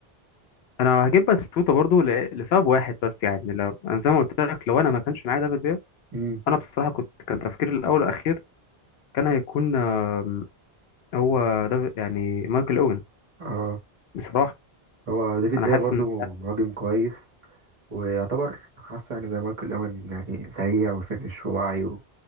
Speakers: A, on the left; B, on the right.
A: انا هجيب باتيستوتا برضو ل- لسبب واحد بس يعني لو انا زي ما قلت لك لو انا ما كانش معايا دافيد بيا
B: امم
A: انا بصراحة كنت كان تفكيري الاول والاخير كان هيكون آم، هو ده يعني مايكل اوين
B: اه
A: بصراحة
B: هو ديفيد
A: انا
B: فيا
A: حاسس
B: برضو
A: ان
B: مهاجم كويس ويعتبر حاسه يعني زي مايكل اوين يعني سريع وفينش ووعي